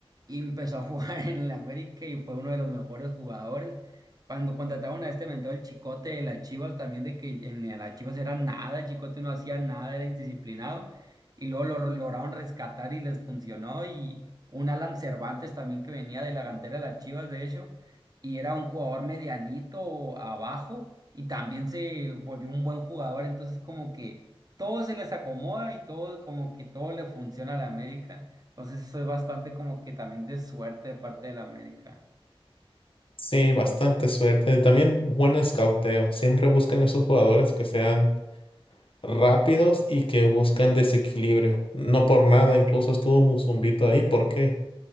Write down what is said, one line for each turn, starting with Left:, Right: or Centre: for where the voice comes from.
Right: y empezó a <laughs> jugar en el América y fue uno de los mejores jugadores. Cuando contrataron a este mentor, el Chicote de las Chivas, también de que en las Chivas era nada, el Chicote no hacía nada, era indisciplinado, y luego lo re- lograron rescatar y les funcionó, y un Alan Cervantes también que venía de la cantera de las Chivas, de hecho, y era un jugador medianito abajo, y también se volvió un buen jugador, entonces como que todo se les acomoda y todo como que todo le funciona a la América, entonces eso es bastante como que también de suerte de parte de la América.
Left: Sí, bastante suerte. También buen escauteo. Siempre buscan esos jugadores que sean rápidos y que buscan desequilibrio. No por nada, incluso estuvo Musumbito ahí porque